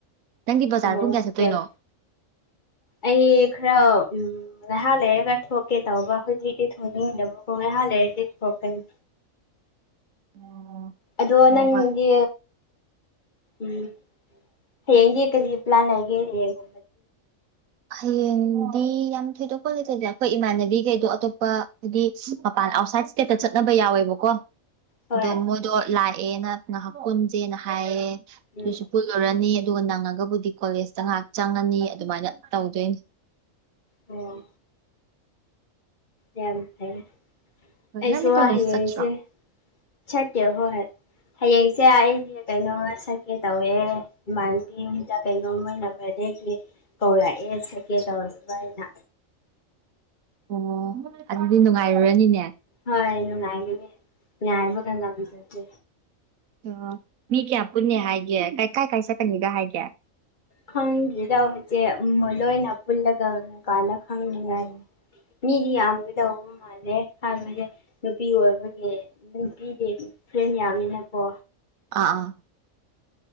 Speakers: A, on the right (about 90°); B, on the left (about 35°).
A: ꯅꯪꯒꯤ ꯕꯖꯥꯔ
B: ꯑꯣ
A: ꯄꯨꯡ ꯀꯌꯥ ꯆꯠꯇꯣꯏꯅꯣ?
B: ꯌꯥꯝ ꯑꯩ ꯈꯔ ꯎꯝ ꯉꯥꯏꯍꯥꯛ ꯂꯩꯔꯒ ꯊꯣꯛꯀꯦ ꯇꯧꯕ ꯍꯧꯖꯤꯛꯇꯗꯤ ꯊꯣꯡꯅꯤꯡꯗꯕꯣ ꯉꯥꯏꯍꯥꯛ ꯂꯩꯔꯗꯤ ꯊꯣꯛꯀꯅꯤ꯫
A: ꯑꯣ
B: ꯑꯗꯣꯒ
A: ꯍꯣꯏ
B: ꯅꯪꯒꯤ ꯎꯝ ꯍꯌꯦꯡꯗꯤ ꯀꯔꯤ ꯄ꯭ꯂꯥꯟ ꯂꯩꯒꯦ ꯌꯦꯉꯣ꯫
A: ꯍꯌꯦꯡꯗꯤ ꯌꯥꯝ ꯊꯣꯏꯗꯣꯛꯄ ꯂꯩꯇꯗꯦ ꯑꯈꯣꯏ ꯏꯃꯥꯟꯅꯕꯤꯈꯩꯗꯣ ꯑꯇꯣꯞꯄ ꯍꯥꯏꯗꯤ ꯃꯄꯥꯟ ꯑꯥꯎꯠꯁꯥꯏꯠ ꯀꯦꯠꯇ ꯆꯠꯅꯕ ꯌꯥꯎꯋꯦꯕꯀꯣ
B: ꯍꯣꯏ
A: ꯑꯗꯣ ꯃꯣꯏꯗꯣ ꯂꯥꯛꯑꯦꯅ ꯉꯍꯥꯛ ꯀꯨꯟꯖꯦꯅ ꯍꯥꯏꯌꯦ
B: ꯎꯝ
A: ꯑꯗꯨꯁꯨ ꯄꯨꯜꯂꯨꯔꯅꯤ ꯑꯗꯨꯒ ꯅꯪꯉꯒꯕꯨꯗꯤ ꯀꯣꯂꯦꯖꯇ ꯉꯥꯍꯥꯛ ꯆꯪꯉꯅꯤ ꯑꯗꯨꯃꯥꯏꯅ ꯇꯧꯗꯨꯏꯅꯤ꯫
B: ꯑꯣ ꯌꯥꯝ ꯐꯩ
A: ꯍꯣꯏ
B: ꯑꯩꯁꯨ
A: ꯅꯪꯗꯤ
B: ꯋꯥꯍꯩꯁꯦ
A: ꯀꯣꯂꯦꯖ ꯆꯠꯇ꯭ꯔꯣ
B: ꯁꯇꯦ ꯍꯣꯍꯣꯏ꯫ ꯍꯌꯦꯡꯁꯦ ꯑꯩ ꯀꯩꯅꯣ ꯁꯛꯀꯦ ꯇꯧꯋꯦ ꯏꯃꯥꯟꯕꯤ ꯌꯨꯝꯗ ꯀꯩꯅꯣ ꯃꯣꯏꯅ ꯕꯥꯔꯗꯦꯒꯤ ꯀꯧꯔꯑꯦ ꯁꯀꯦ ꯇꯧꯔꯤꯕ ꯑꯩꯅ
A: ꯑꯣ ꯑꯗꯨꯗꯤ ꯅꯨꯡꯉꯥꯏꯔꯨꯔꯅꯤꯅꯦ꯫
B: ꯍꯣꯏ ꯅꯨꯡꯉꯥꯏꯒꯅꯤ ꯉꯥꯏꯕꯒ ꯉꯝꯖꯗꯔ꯭ꯦ
A: ꯑꯣ ꯃꯤ ꯀꯌꯥ ꯄꯨꯟꯅꯤ ꯍꯥꯏꯒꯦ ꯀ ꯀꯥꯏ ꯀꯥꯏ ꯆꯠꯀꯅꯤꯒ ꯍꯥꯏꯒꯦ?
B: ꯈꯪꯗ꯭ꯔꯤꯗ ꯍꯨꯏꯆꯦ ꯎꯝ ꯃꯣꯏꯗ ꯑꯣꯏꯅ ꯄꯨꯜꯂꯒ ꯀꯥꯜꯂ ꯈꯪꯅꯤꯉꯥꯏꯅꯤ꯫ ꯃꯤꯗꯤ ꯌꯥꯝꯒꯗꯧ ꯃꯥꯥꯜꯂꯦ ꯍꯥꯏꯕꯁꯦ ꯅꯨꯄꯤ ꯑꯣꯏꯕꯗꯤ ꯅꯨꯄꯤꯗꯤ ꯐ꯭ꯔꯦꯟ ꯌꯥꯝꯅꯤꯅꯀꯣ
A: ꯑꯥ ꯑꯥ